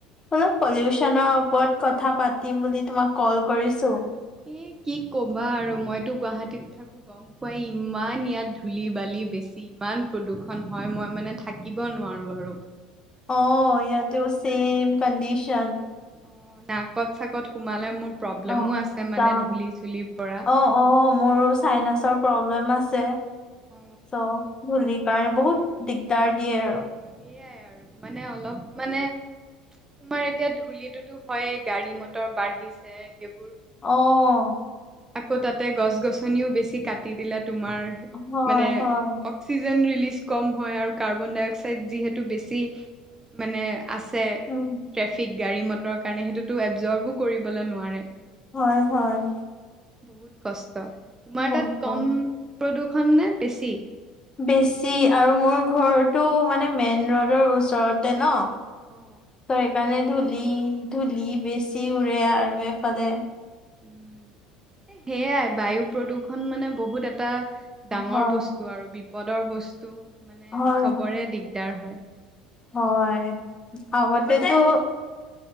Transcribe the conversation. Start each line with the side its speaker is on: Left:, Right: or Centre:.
Left: অলপ পলিউশনৰ ওপৰত কথা পাতিম বুলি তোমাক কল কৰিছো।
Right: এ কি কবা আৰু মইতো গুৱাহাটীত থাকো। গম পোৱাই ইমান ইয়াত ধূলি-বালি বেছি ইমান প্ৰদূষণ হয় মই মানে থা কিব নোৱাৰো আৰু।
Left: অ ইয়াতেও চেম কণ্ডিশন।
Right: অ' নাকত চাকত সোমালে মোৰ প্ৰব্লেমো
Left: অ সঁচা
Right: আছে মানে ধূলি চুলিৰ পৰা।
Left: অ অ' মোৰ চাইনাছৰ প্ৰব্লেম আছে
Right: অ
Left: চ' ধূলিৰ কাৰণে বহুত দিগদাৰ দিয়ে আৰু।
Right: সেইয়াই আৰু মানে অলপ মানে তোমাৰ এতিয়া ধূলিটোতো হয়েই গাড়ী মটৰ বাঢ়িছে সেইব
Left: অ'।
Right: আকৌ তাতে গছ গছনিও বেছি কাটি দিলে তোমাৰ
Left: হয়
Right: মানে
Left: হয়
Right: অক্সিজেন ৰিলিজ কম হয় আৰু কাৰ্বন ডাই অক্সাইড যিহেতু বেছি মানে আছে
Left: উম
Right: ট্ৰেফিক গাড়ী মটৰৰ কাৰণে সেইটোতো এবজৰভো কৰিবলৈ নোৱাৰে।
Left: হয় হয়।
Right: বহুত কষ্ট তোমাৰ
Left: বহুত
Right: তাত
Left: কষ্ট
Right: কম প্ৰদূষণ নে বেছি?
Left: বেছি আৰু মোৰ ঘৰটো মানে মেইন ৰোডৰ ওচৰতে ন।
Right: অ'।
Left: ত সেইকাৰণে ধূলি, ধূলি বেছি উৰে আৰু এইফালে।
Right: উম সেইয়াই বায়ু প্ৰদূষণ মানে বহুত এটা ডাঙৰ
Left: হয়
Right: বস্তু আৰু বিপদৰ বস্তু, মানে
Left: হয়
Right: চবৰে দিগদাৰ হয়।
Left: হয় আগতেটো
Right: উম,